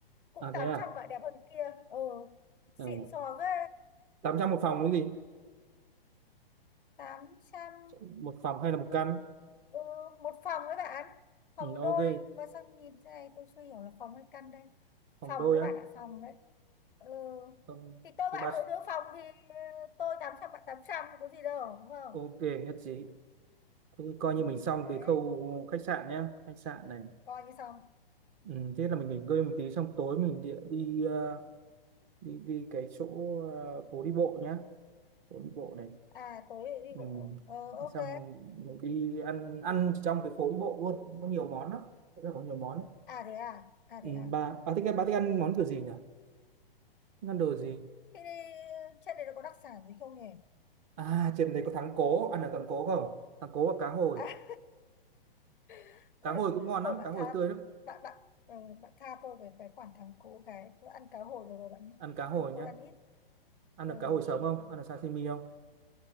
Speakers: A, on the left; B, on the right.
A: cũng
B: à
A: 800
B: thế à
A: vậy đẹp hơn kia ừ xịn
B: ờ,
A: sò ghê
B: tám trăm một phòng cái gì
A: 800
B: một phòng hay là một căn
A: ừ, một phòng đấy bạn phòng
B: ừ, ok
A: đôi mà sao nhìn thế này tôi chưa hiểu là phòng hay căn đây
B: phòng
A: phòng
B: đôi
A: đấy
B: á
A: bạn ạ phòng đấy ừ.
B: phòng
A: thì tôi
B: thứ
A: bạn
B: ba
A: mỗi đứa phòng thì ờ, tôi 800 bạn 800 có gì đâu đúng không
B: ok nhất trí thế thì coi
A: ừ.
B: như mình xong
A: thế
B: cái khâu khách sạn nhá khách sạn này
A: coi như xong
B: ừ, thế là mình nghỉ ngơi một tí xong tối mình địa đi ờ, đi đi cái chỗ ờ, phố đi bộ nhá phố đi bộ này
A: à tối đi
B: ừ.
A: bộ ờ, ok
B: xong mình đi ăn ăn trong cái phố đi bộ luôn có nhiều món lắm Chỗ này có nhiều món lắm
A: à thế à à
B: ừ,
A: thế à
B: bà bà thích bà thích ăn món kiểu gì nhỉ Thích ăn đồ gì
A: thế đi trên đấy nó có đặc sản gì không nhỉ
B: à trên đấy có thắng cố ăn được thắng cố không thắng cố và cá hồi
A: à, <laughs> ừ.
B: cá hồi cũng ngon lắm
A: thôi bạn
B: cá hồi
A: tha
B: tươi lắm
A: bạn bạn ừ, bạn tha tôi cái cái khoản thắng cú cái bữa ăn cá hồi được rồi bạn nhé
B: ăn cá hồi
A: ăn
B: nhá
A: tôi ăn ít
B: ăn
A: ừ.
B: được
A: ừ,
B: cá hồi sống không
A: ừ.
B: ăn được sashimi không